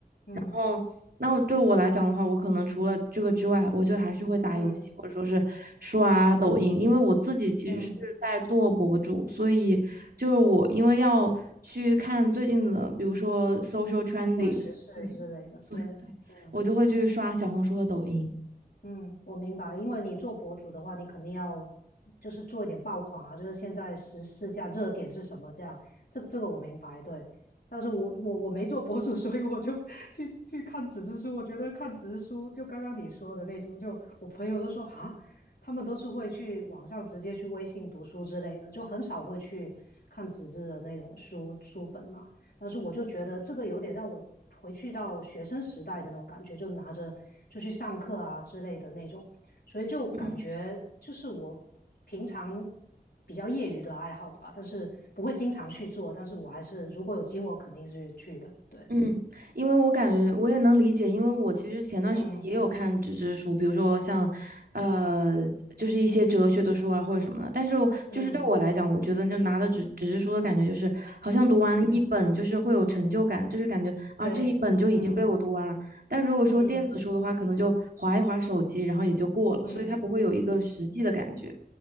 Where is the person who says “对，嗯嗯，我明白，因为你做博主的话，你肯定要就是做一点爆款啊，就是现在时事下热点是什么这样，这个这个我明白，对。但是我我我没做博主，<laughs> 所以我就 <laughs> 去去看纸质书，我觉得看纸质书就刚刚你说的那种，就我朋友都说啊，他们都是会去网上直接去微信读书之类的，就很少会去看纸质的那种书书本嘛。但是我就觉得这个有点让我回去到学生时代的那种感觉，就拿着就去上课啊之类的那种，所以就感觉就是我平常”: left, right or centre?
Left